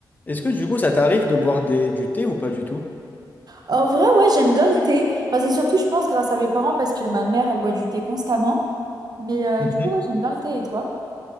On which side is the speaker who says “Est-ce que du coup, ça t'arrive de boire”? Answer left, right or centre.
Left